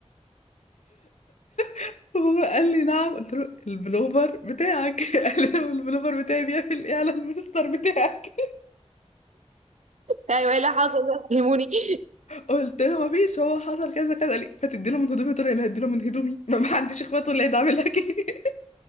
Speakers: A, on the left; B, on the right.
A: <laughs> وهو قال لي نعم قلت له البلوفر بتاعك <laughs> قال لي "هو البلوفر بتاعي بيعمل ايه على المستر بتاعك
B: ايوه ايه اللي حصل ده فهموني <laughs>
A: <laughs> قلت له ما فيش هو حصل كذا كذا قال لي فتدي له من هدومي قلت له انا هدي له من هدومي <laughs> ما ما عنديش اخوات ولا هيدعمل لك <laughs> ايه